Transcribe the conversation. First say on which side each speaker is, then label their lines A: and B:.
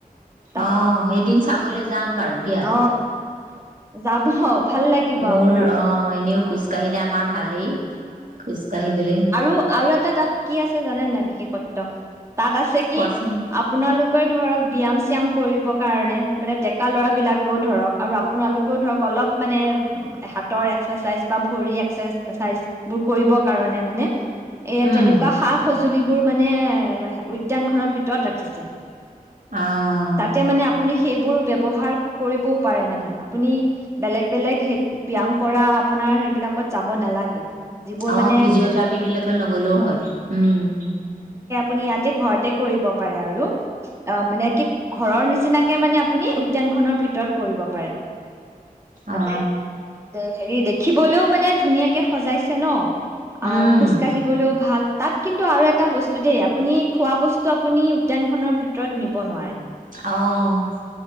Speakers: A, on the right (about 20°); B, on the right (about 60°).
A: তাত
B: অ এদিন চাবলে যাম বাৰু দিয়া।
A: অ যাব ভাল লাগিব
B: মোৰ
A: আপোনাৰো
B: অ এনেও খোজ কঢ়িলে আমাৰ ভালেই খোজ কাঢ়িবলে।
A: অ আৰু এটা তাত কি আছে জানে নাই বিশেষত্ব? তাত আছে কি
B: কোৱাচোন
A: আপোনালোকে ধৰক ব্যায়াম চিয়াম কৰিব কাৰণে মানে ডেকা ল'ৰাবিলকেও ধৰক আৰু আপোনালোকেও ধৰক অলপ মানে হাতৰ এক্সেচাইজ বা ভৰিৰ এক্সেচাইজবোৰ কৰিবৰ কাৰণে মানে এ
B: উম
A: তেনেকুৱা সা-সজুঁলি <inaudible> উদ্যানখনৰ ভিতৰত ৰাখিছে।
B: আহ
A: তাতে মানে আপুনি সেইবোৰ ব্যবহাৰ কৰিবও পাৰে মানে আপুনি বেলেগ বেলেগ ব্যাম কৰা আপোনাৰ হেৰি বিলাকত যাব নালাগে। যিবোৰ
B: অ
A: মানে
B: ফিজিঅ' থেৰাপি বিলাক নগলেও হয় উম
A: আপোনি ইয়াতে ঘৰতে কৰিব পাৰে আৰু অ মানে কি ঘৰৰ নিচিনাকে মানে আপুনি উদ্যানখনৰ ভিতৰত কৰিব পাৰে তাতে
B: অ
A: হেৰি দেখিবলৈও মানে ধুনীয়াকে সজাইছে ন! <unintelligible>
B: উম
A: দিবলৈও ভাল। তাত কিন্তু আৰু এটা বস্তু দেই, আপুনি খোৱা বস্তু আপুনি উদ্যানখনৰ ভিতৰত নিব নোৱাৰে।
B: অহ।